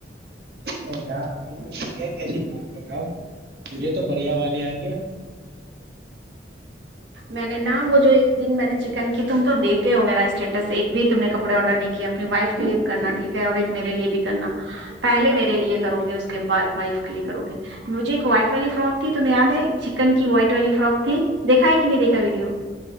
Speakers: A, on the right; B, on the right.
A: نہیں یار ابھی تو ٹھیک ہے کیسی بات کر رہا آپ مجھے تو بڑھیا والی آ رہی ہے
B: میں نے نہا وہ جو ایک دن میں نے چکن کی تم تو دیتے ہو میرا اسٹیٹس ایک بھی تم نے کپڑے آڈر نہیں اپنی وائف کے لیے کرنا ٹھیک ہے اور ایک میرے لیے بھی کرنا پہلے میرے لیے کرو گے کے بعد وائف کے لیے کرو گے مجھے وائٹ والی فراک ت تومہیں د ایک چکن کی وائٹ والی فروک تھییکا ایک نہیں دیکھا ویڈیو